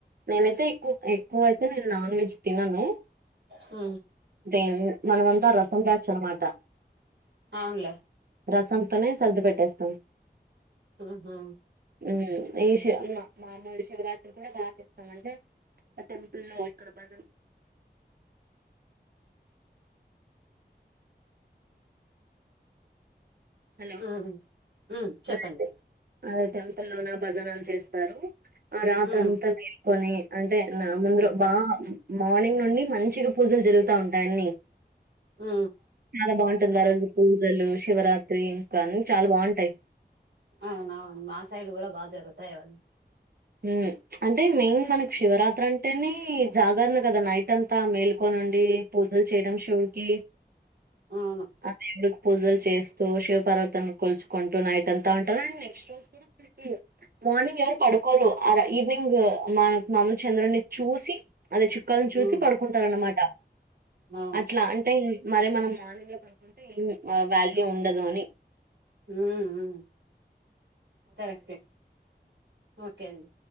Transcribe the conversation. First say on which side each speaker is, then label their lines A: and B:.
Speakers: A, on the right (about 60°); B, on the right (about 90°).
A: నేనైతే ఎక్కువ ఎక్కువ అయితే నేను నాన్ వెజ్ తిన్నను
B: ఉ
A: అేం మనమంతా రసం బ్యాచ్ అనమాట
B: అవునులే
A: రసంతోనే సర్ది పెట్టేస్తాం
B: ఉహు హు
A: ఉ ఈ శి <unintelligible> మామూలు శివరాత్రిని కూడా బాగా చేస్తామాంటే ఆ టెంపుల్ ఇక్కడ బ హలో
B: ఉ ఉ చెప్పండి
A: హలో అండి టెంపులోన భజనలు చేస్తారు ఆ రాత్ర
B: ఉ
A: అంతా మేలుకొని అంటే నా ముందురో
B: ఉ
A: వా మార్నింగ్ నుండి మంచిగా పూజలు జరుగుతా ఉంటాయిీ అని
B: ఉ
A: చాలా బాగుంటుంది ఆ రోజు పూజలు శివరాత్రి ఇంకా అన్ని చాలా బాగుంటాయి
B: అవునువును మా సైడ్ కూడా బా జరుగుతాయవని
A: ఉ అంటే మెయిన్ మనకి శివరాత్రి అంట్ టేని జాగరణ కదా నైట్ అంతా మేల్కొనిండి పూజలు చేయడం శివుడికి
B: అవును
A: అదేళ్ళు పూజలు చేస్తూ శివ పర్వతా కొలుచుకుంటూ నైట్ అంతా ఉంటారు అం నెక్స్ట్ రోజు <inaudible> మార్నింగ్ ఎవరు పడు కోరు అర ఈవినింగ్ మన మామూలు చంద్రుడిని చూసి అద కని చూసి
B: ఉ
A: పడుకుంటారు అనమాట
B: అవును
A: అట్లా అంటే మరి మనం మార్నింగే పడుకుంటే ఏం వాల్యూ ఉండదు అని
B: ఉ ఉ కరెక్ట్ అండి ఓకే అండి